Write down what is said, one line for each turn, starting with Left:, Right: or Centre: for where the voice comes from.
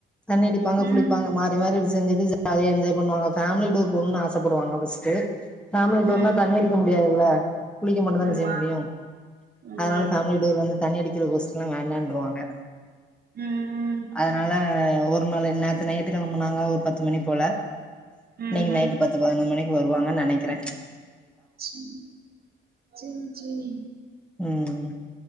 Centre: தண்ணி அடிப்பாங்க
Right: ம்
Centre: குளிப்பாங்க மாறி மாறி செஞ்சுட்டு ஜாலியா என்ஜாய் பண்ணுவாங்க ஃபேமிலி டூர் போணுனு ஆசப்படுவாங்க ஃபர்ஸ்ட்டு ஃபேமிலி டூர்ன்னா
Right: ம்
Centre: தண்ணி அடிக்க முடியாதுல்ல குளிக்க மட்டு தான
Right: ஆமா
Centre: செய்ய முடியு
Right: ஆமா
Centre: அதனால ஃபேமிலிய டூர் வந்து தண்ணி அடிக் கோஷ்டில்லா வேண்டாருவாங்க
Right: ம் ம்
Centre: அதனால ஒரு நாள் நேத்து நைட்டு கெளம்புனாங்க ஒரு பத்து மணி போல
Right: ம்
Centre: இன்னைக்கு
Right: ம்
Centre: நைட்டு பத்து பதினொரு மணிக் வருவாங்கனு நெனக்கிற
Right: சேரி சேரி சேரி
Centre: உம்